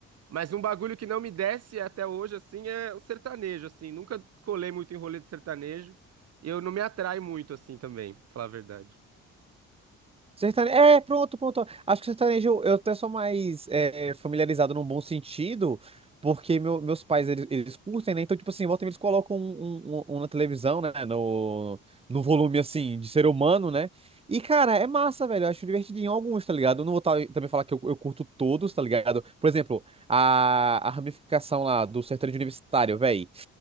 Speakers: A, on the right (about 55°); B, on the right (about 20°).
A: Mas um bagulho que não me desce até hoje, assim, é o sertanejo, assim. Nunca colei muito em rolê de sertanejo. E eu não me atrai muito, assim, também, pra falar a verdade.
B: Sertanejo. É, pronto, pronto. Acho que sertanejo eu até sou mais é, familiarizado num bom sentido, porque meu- meus pais eles, eles curtem, né? Então, tipo assim, volta e meia, eles colocam um, um- um- um na televisão, né? No, no volume assim, de ser humano, né? E, cara, é massa, velho. Eu acho divertidinho alguns, tá ligado? Eu não vou tá- também falar que eu, eu curto todos, tá ligado? Por exemplo, a, a ramificação lá do sertanejo universitário, velho.